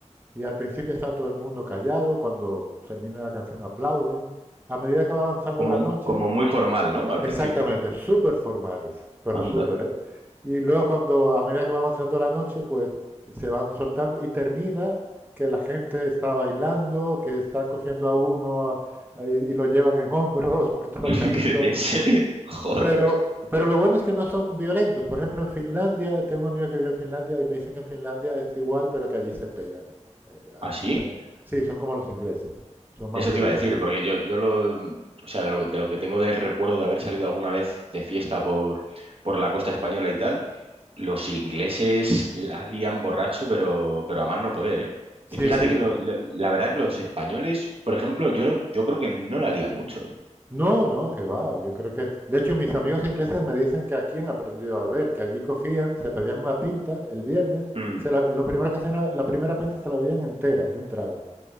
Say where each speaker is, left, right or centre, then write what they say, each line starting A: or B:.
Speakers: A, on the right (about 15°); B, on the right (about 50°).
A: y al principio está todo el mundo callado, cuando termina la canción aplauden. A medida que va avanzando
B: Como,
A: la noche,
B: como muy formal, ¿no? Al
A: Exactamente,
B: principio.
A: súper formales, pero
B: Anda.
A: súper, ¿eh? Y luego cuando, a medida que va avanzando la noche, pues se van soltando y termina que la gente está bailando, que están cogiendo a uno a- a- y, y lo llevan en hombros por todo
B: <laughs>
A: el garito.
B: ¿Qué- ¿En serio? Joder.
A: Pero, pero lo bueno es que no son violentos. Por ejemplo, en Finlandia, tengo un amigo que vive en Finlandia y me dicen que en Finlandia es igual, pero que allí se pegan. eh, ah,
B: ¿Así?
A: se pe- Sí, son como los ingleses, son más
B: Eso
A: violentos.
B: te iba a decir, porque yo, yo lo, o sea, lo- de lo que tengo del recuerdo de haber salido alguna vez de fiesta por, por la costa española y tal, los ingleses la lían borracho, pero, pero a más no poder, ¿eh?
A: Sí,
B: Y fíjate
A: sí.
B: que lo- lo- la verdad que los españoles, por ejemplo, yo, no- yo creo que no la lían mucho, ¿eh?
A: No, no, que va. Yo creo que, de hecho, mis amigos ingleses me dicen que aquí han aprendido a beber, que allí cogían, se pedían una pinta el viernes,
B: Mm.
A: se la- lo primero que hacían, era- la primera pinta se la veían entera de un trago.